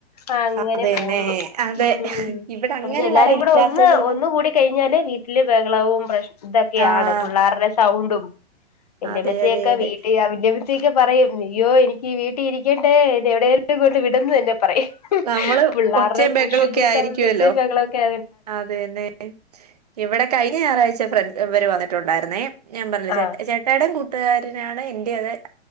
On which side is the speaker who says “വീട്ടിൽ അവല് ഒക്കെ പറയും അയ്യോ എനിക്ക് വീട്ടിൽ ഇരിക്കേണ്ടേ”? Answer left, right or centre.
Left